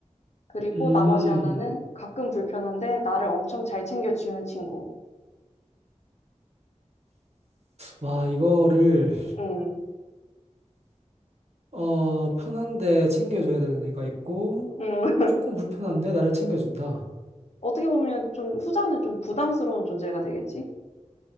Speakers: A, on the left (about 60°); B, on the right (about 60°).
A: 그리고
B: 음.
A: 나머지 하나는 가끔 불편한데 나를 엄청 잘 챙겨주는 친구.
B: 와, 이거를.
A: 음,
B: 어, 편한데 챙겨줘야 되는 애가 있고,
A: 음.
B: 조금
A: <laughs>
B: 불편한데 나를 챙겨준다.
A: 어떻게 보면 좀 후자는 좀 부담스러운 존재가 되겠지?